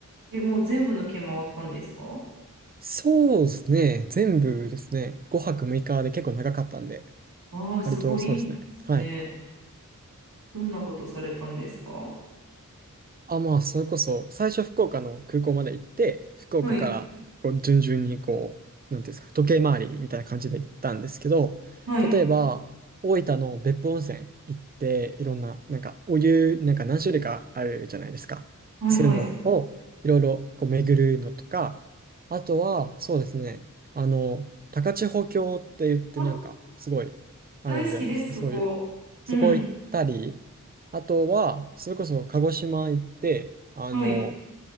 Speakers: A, on the right; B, on the right.
A: え、もう全部の県回ったんですか
B: そうですね、全部ですね、5泊6日で結構長かったんで、
A: ああー、すごいいいですね。
B: 割とそうですね。はい。
A: どんなことされたんですか
B: あ、まあ、それこそ、最初福岡の空港まで行って、福岡からこう順々にこう、
A: はい、
B: なんていうんですか、時計回りみたいな感じで行ったんですけど、
A: はい、
B: 例えば、大分の別府温泉行って、いろんな、なんかお湯、なんか何種類かあるじゃないですか。
A: はい、
B: そういうのをいろいろこう巡るのとか、
A: はい。
B: あとは、そうですね、あの、高千穂峡って言って、
A: あ、
B: なんか、すごいあるじゃないですか、
A: 大好きです、そこ。
B: そういう。そこ行ったり、
A: うん、
B: あとは、それこそ鹿児島行って、あの、
A: はい、